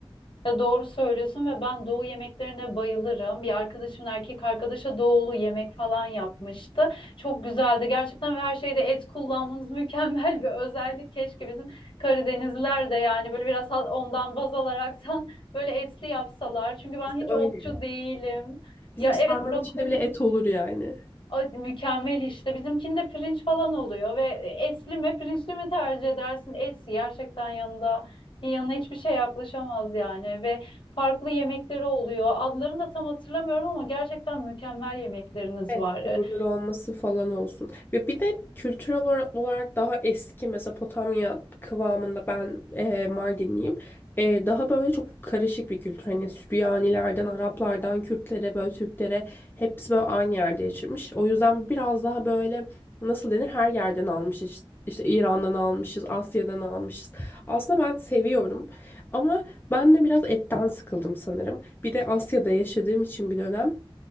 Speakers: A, on the left; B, on the left.
A: Ya doğru söylüyorsun ve ben doğu yemeklerine bayılırım. Bir arkadaşımın erkek arkadaşı doğulu yemek falan yapmıştı. Çok güzeldi gerçekten ve her şeyde et kullanmanız <laughs> mükemmel bir özellik. Keşke bizim Karadenizliler de yani böyle biraz ha- ondan baz alaraktan <laughs> böyle etli yapsalar. Çünkü ben
B: İşte
A: hiç
B: öyle.
A: otçu değilim.
B: Bizim
A: Ya
B: sarmanın
A: evet brokoli.
B: içinde bile et olur yani.
A: Ay, mükemmel işte. Bizimkinde pirinç falan oluyor ve etli mi pirinçli mi tercih edersin? Etsi gerçekten yanında yanına hiçbir şey yaklaşamaz yani ve farklı yemekleri oluyor. Adlarını da tam hatırlamıyorum ama gerçekten mükemmel yemekleriniz
B: Evet,
A: var. Ee,
B: kabulleri olması falan olsun. Ve bir de kültürel olarak olarak daha eski Mezopotamya kıvamında ben e, Mardinliyim. E, daha böyle çok karışık bir kültür. Hani Süryanilerden, Araplardan, Kürtlere, böyle Türklere hepsi böyle aynı yerde yaşamış. O yüzden biraz daha böyle nasıl denir her yerden almışız. İşte işte İran'dan almışız, Asya'dan almışız. Aslında ben seviyorum ama ben de biraz etten sıkıldım sanırım. Bir de Asya'da yaşadığım için bir dönem.